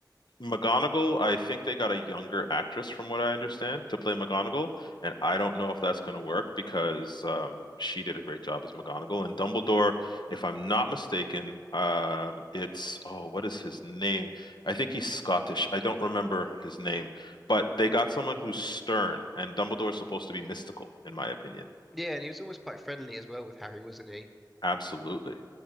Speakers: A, on the left (about 75°); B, in the centre.
A: McGonagall, I think they got a younger actress from what I understand to play McGonagall, and I don't know if that's going to work because um, she did a great job as McGonagall. And Dumbledore, if I'm not mistaken, um, it's oh, what is his name? I think he's Scottish. I don't remember his name, but they got someone who's stern, and Dumbledore is supposed to be mystical, in my opinion.
B: Yeah, and he was always quite friendly as well with Harry, wasn't he?
A: Absolutely.